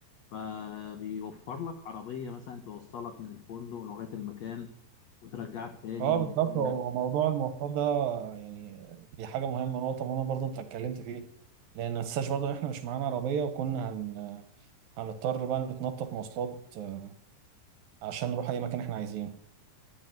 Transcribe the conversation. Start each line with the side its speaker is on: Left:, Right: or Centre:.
Left: فبيوفر لك عربية مثلا توصلك من الفندق لغاية المكان وترجعك تاني
Right: اه بالظبط
Left: بيقول
Right: هو
Left: لك
Right: موضوع المواصلات ده يعني دي حاجه مهمه نقطه مهمه برضو انت اتكلمت فيه لان ما تنساش برضو ان احنا مش معانا عربيه وكنا هن... هنضطر بقى نتنطط مواصلات آه، عشان نروح اي مكان احنا عايزينه